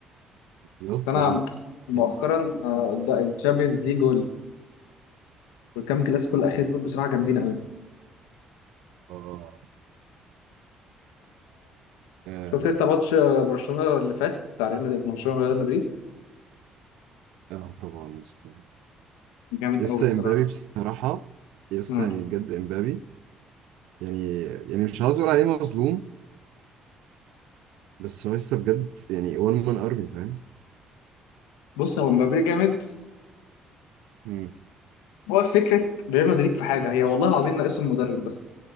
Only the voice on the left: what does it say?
بس انا
مؤخرا
الشامبيونز ليج والكام كلاسيكو الاخير دول بصراحة جامدين قوي
شفت انت ماتش برشلونه اللي فات بتاع ريال مدريد برشلونه وريال مدريد
جامد
قوي بصراحه
مم.
بص هو مبابي جامد
بس هو فكره ريال مدريد في حاجه هي والله العظيم ناقصهم مدرب بس